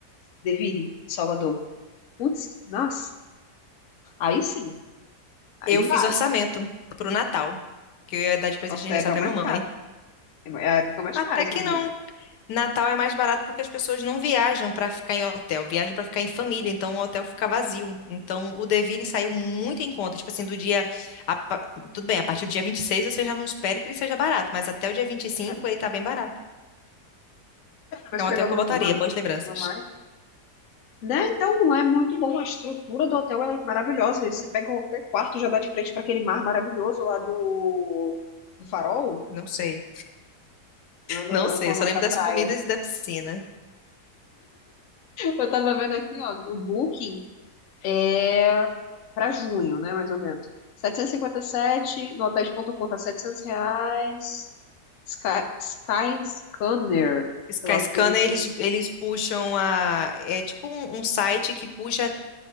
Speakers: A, on the left; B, on the left.
A: Deville, Salvador. Putz, nossa, aí sim, aí
B: Eu fiz
A: vale.
B: orçamento pro Natal, que eu ia dar de presente
A: Nossa,
B: de aniversário
A: é a época
B: pra
A: mais
B: minha
A: cara.
B: mãe.
A: É é a época mais
B: Até
A: cara, se
B: que
A: eu não
B: não.
A: me engano.
B: Natal é mais barato porque as pessoas não viajam pra ficar em hotel, viajam pra ficar em família, então o hotel fica vazio. Então o Deville saiu muito em conta, tipo assim, do dia a pa- tudo bem, a partir do dia 26 você já não espere que ele seja barato, mas até o dia 25
A: É,
B: ele tá bem barato.
A: mas
B: É um
A: pegando
B: hotel que eu voltaria,
A: uma,
B: boas lembranças.
A: uma mais. Né? Então é muito bom, a estrutura do hotel é maravilhosa. e Você pega qualquer quarto, já dá de frente para aquele mar maravilhoso lá do, do Farol.
B: Não sei.
A: Não lembro
B: Não
A: agora
B: sei,
A: qual
B: eu
A: é
B: só
A: o nome
B: lembro
A: da
B: das
A: praia.
B: comidas e da piscina.
A: Eu tava vendo aqui, ó, o Booking é para junho, né, mais ou menos. setecentos e cinquenta e sete no hotéis ponto hotéis.com tá 700 reais. Sky, Sky Scanner,
B: Skyscanner,
A: sei lá o que, vocês.
B: eles, eles puxam a. É tipo um, um site que puxa.